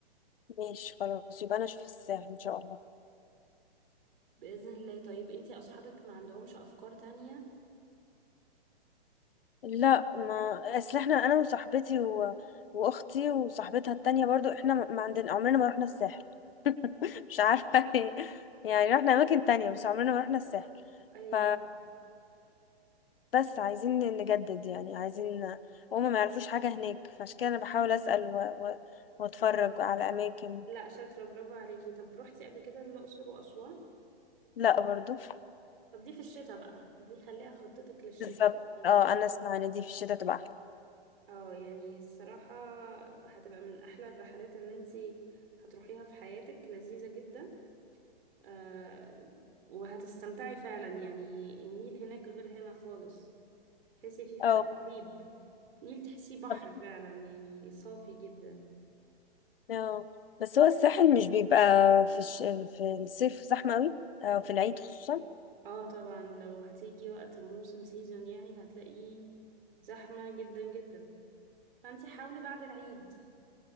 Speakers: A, on the left; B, on the right.
A: ماشي خلاص يبقى انا اشوف الساحل ان شاء الله
B: بإذن الله طيب أنت أصحابك ما عندهمش أفكار تانية؟
A: لا ما اصل احنا انا وصاحبتي و... واختي وصاحبتها التانية برضو احنا ما ما عندنا عمرنا ما رحنا الساحل <laughs> مش عارفه ليه يعني رحنا اماكن تانية بس عمرنا ما رحنا الساحل
B: أيوة
A: ف بس عايزين نجدد يعني عايزين هما ما يعرفوش حاجة هناك فعشان كده انا بحاول اسأل و... و... واتفرج على اماكن
B: لا شاطرة برافو عليكي طب روحتي قبل كده الأقصر وأسوان
A: لا برضو
B: طب دي في الشتاء بقى دي خليها خطتك
A: <laughs>
B: للشتاء
A: بالظبط
B: بإذن الله
A: اه انا اسمع ان دي في الشتاء تبقى احلى
B: اه يعني الصراحة هتبقى من أحلى الرحلات اللي انتي هتروحيها في حياتك لذيذة جدا آه وهتستمتعي فعلا يعني النيل هناك غير هنا خالص تحسي في فرق
A: اه
B: رهيب النيل تحسيه بحر
A: بالظبط
B: فعلا يعني صافي جدا
A: اه بس هو الساحل مش بيبقى في الش... في الصيف زحمة قوي اه في العيد خصوصا
B: اه طبعا لو هتيجي وقت موسم سيزون يعني هتلاقيه زحمة جدا جدا فانت حاولي بعد العيد